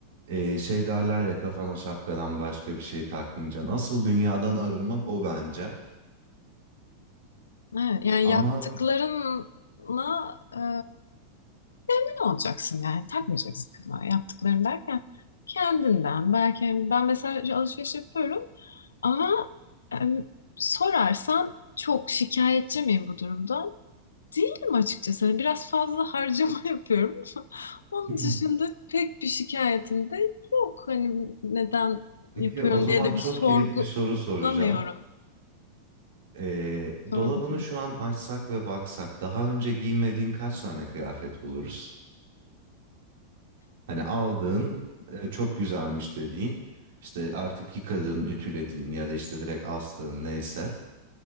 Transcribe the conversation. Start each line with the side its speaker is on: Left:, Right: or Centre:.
Right: e, şey derler ya kafana şapkadan başka bir şey takmayacaksın. Asıl dünyadan arınmak o bence.
Left: Evet, yani
Right: E, ama
Left: yaptıklarınla e, ne olacaksın yani takmayacaksın kafana yaptıklarım derken kendinden belki yani ben mesela şu alışveriş yapıyorum Ama em, sorarsan çok şikayetçi miyim bu durumda? Değilim açıkçası. Hani Biraz fazla harcama <laughs> yapıyorum. Onun
Right: <laughs>
Left: dışında
Right: <clears throat>
Left: pek bir şikayetim de yok. Hani neden
Right: peki
Left: yapıyorum
Right: o zaman
Left: diye de
Right: çok
Left: bir sorgu
Right: kilit bir soru soracağım.
Left: bulamıyorum.
Right: E,
Left: Sorgu.
Right: dolabını şu an açsak ve baksak daha önce giymediğin kaç tane kıyafet buluruz? Hani aldığın e, çok güzelmiş dediğin işte artık yıkadığın, ütülediğin ya da işte direkt astığın neyse